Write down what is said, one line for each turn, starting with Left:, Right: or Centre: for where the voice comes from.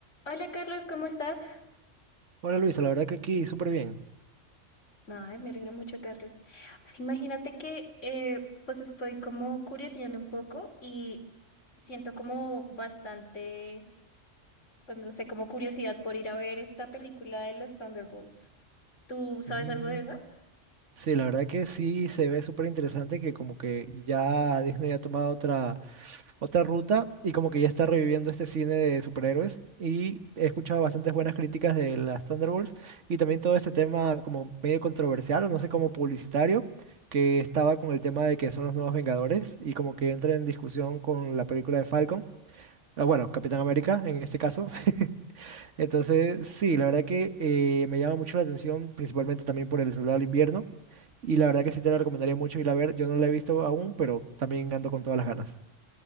Left: Hola Carlos, ¿cómo estás?
Right: Hola Luisa, la verdad que aquí súper bien.
Left: Ay, me alegra mucho, Carlos. Imagínate que eh, pues estoy como curioseando un poco y siento como bastante, pues no sé, como curiosidad por ir a ver esta película de los Thunderbolts. ¿Tú sabes
Right: Mm.
Left: algo de eso?
Right: Sí, la verdad que sí se ve súper interesante que como que ya Disney ha tomado otra, otra ruta y como que ya está reviviendo este cine de superhéroes y he escuchado bastantes buenas críticas de las Thunderbolts y también todo este tema como medio controversial o no sé, como publicitario que estaba con el tema de que son los nuevos Vengadores y como que entra en discusión con la película de Falcon, ah, bueno, Capitán América en este caso. <laughs> Entonces, sí, la verdad que eh, me llama mucho la atención, principalmente también por El Soldado del Invierno. Y la verdad que sí te la recomendaría mucho ir a ver. Yo no la he visto aún, pero también ando con todas las ganas.